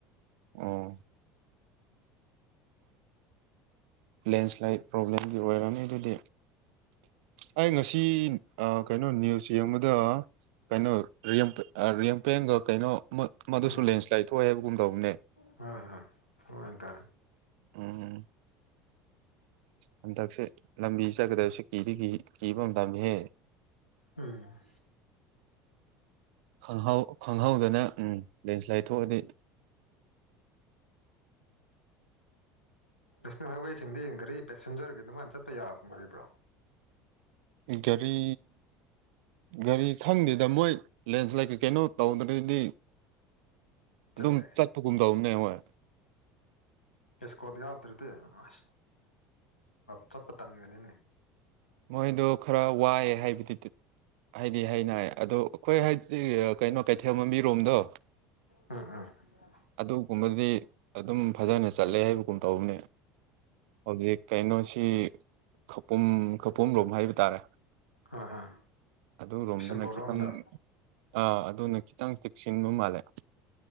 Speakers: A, on the right; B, on the left.
A: ꯎꯝ ꯂꯦꯟꯁ꯭ꯂꯥꯏꯠ ꯄ꯭ꯔꯣꯕ꯭ꯂꯦꯝꯒꯤ ꯑꯣꯏꯔꯝꯅꯤ ꯑꯗꯨꯗꯤ ꯑꯩ ꯉꯁꯤ ꯀꯩꯅꯣ ꯅꯤꯌꯨꯁ ꯌꯦꯡꯕꯗ ꯀꯩꯅꯣ ꯔꯤꯝꯄꯦꯟꯒ ꯀꯩꯅꯣ ꯑꯥꯃꯗꯨꯁꯨ
B: ꯎꯝ
A: ꯂꯦꯟꯁ꯭ꯂꯥꯏꯠ ꯊꯣꯛꯑꯦ ꯍꯥꯏꯕꯒꯨꯝ ꯇꯧꯕꯅꯦ
B: ꯍꯣꯏ ꯍꯣꯏ <unintelligible>
A: ꯎꯝ ꯍꯟꯗꯛꯁꯦ ꯂꯝꯕꯤ ꯆꯠꯀꯗꯕꯁꯦ ꯀꯤꯗꯤ ꯀꯤꯕ ꯃꯇꯝꯅꯤꯍꯦ
B: ꯎꯝ
A: ꯈꯪꯍꯧ ꯈꯪꯍꯧꯗꯅ ꯎꯝ ꯂꯦꯟꯁꯂꯥꯏꯠ ꯊꯣꯛꯑꯗꯤ
B: ꯅꯦꯁꯅꯦꯜ ꯍꯥꯏꯋꯦꯁꯤꯡꯗꯤ ꯒꯥꯔꯤ ꯄꯦꯁꯦꯟꯖꯔꯒꯤ ꯑꯗꯨꯃꯥꯏꯅ ꯆꯠꯄ ꯍꯥꯏꯕꯔꯣ
A: ꯒꯥꯔꯤ ꯒꯥꯔꯤ ꯈꯪꯗꯦꯗ ꯃꯣꯏ ꯂꯦꯟꯁ꯭ꯂꯥꯏꯠ ꯀꯩ ꯀꯩꯅꯣ ꯇꯧꯗ꯭ꯔꯗꯤ ꯑꯗꯨꯝ
B: ꯆꯠꯂꯦ
A: ꯆꯠꯄꯒꯨꯝ ꯗꯧꯕꯅꯦ ꯍꯣꯏ
B: ꯑꯦꯁꯀꯣꯠ ꯌꯥꯎꯗꯔꯗꯤ ꯑꯁ ꯆꯠꯄ ꯇꯟꯒꯅꯤ
A: ꯃꯣꯏꯗꯣ ꯈꯔ ꯋꯥꯏꯑꯦ ꯍꯥꯏꯕꯗꯤ ꯍꯥꯏꯗꯤ ꯍꯥꯏꯅ ꯑꯗꯣ ꯑꯩꯈꯣꯏ ꯍꯥꯏꯗꯤ ꯀꯩꯅꯣ ꯀꯩꯊꯦꯜꯃꯥꯟꯕꯤ ꯔꯣꯝꯗꯣ
B: ꯎꯝ ꯎꯝ
A: ꯑꯗꯨꯒꯨꯝꯕꯗꯨꯗꯤ ꯑꯗꯨꯝ ꯐꯖꯅꯥ ꯆꯠꯂꯦ ꯍꯥꯏꯕꯒꯨꯝ ꯇꯧꯕꯅꯦ ꯍꯧꯖꯤꯛ ꯀꯩꯅꯣꯁꯤ ꯈꯧꯄꯨꯝ ꯄꯨꯝꯂꯣꯝ ꯍꯥꯏꯕ ꯇꯥꯔꯦ
B: ꯍꯣꯏ ꯍꯣꯏ
A: ꯑꯗꯨꯔꯣꯝꯗꯅ
B: ꯕꯤꯁꯦꯝꯄꯨꯔ
A: ꯈꯤꯇꯪ
B: ꯔꯣꯝꯗ
A: ꯑꯥ ꯑꯗꯨꯅ ꯈꯤꯇꯪ ꯆꯦꯛꯁꯤꯟꯕ ꯃꯥꯜꯂꯦ